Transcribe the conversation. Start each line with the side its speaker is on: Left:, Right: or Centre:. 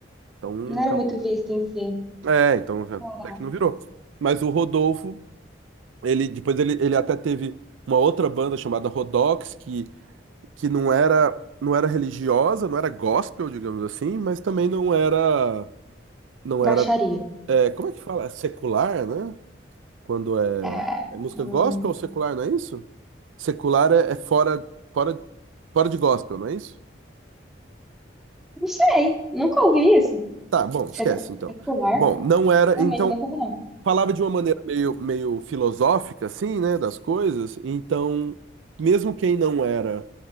Right: então
Centre: Não
Right: acabou
Centre: era muito
Right: que.
Centre: visto em si.
Right: É, então até
Centre: Caraca.
Right: que não virou. Mas o Rodolfo. Ele, depois ele, ele até teve uma outra banda chamada Rodox, que, que não era, não era religiosa, não era gospel, digamos assim, mas também não era, não era,
Centre: Baixaria.
Right: é, como é que fala? É secular, né? Quando é,
Centre: Ah,
Right: é música
Centre: hum,
Right: gospel ou secular, não é isso? Secular é, é fora, fora, fora de gospel, não é isso?
Centre: não sei. Nunca ouvi isso.
Right: Tá, bom, esquece
Centre: Secu-
Right: então.
Centre: Secular?
Right: Bom, não era,
Centre: Realmente,
Right: então,
Centre: nunca ouvi, não.
Right: falava de uma maneira meio, meio filosófica, assim, né, das coisas, então, mesmo quem não era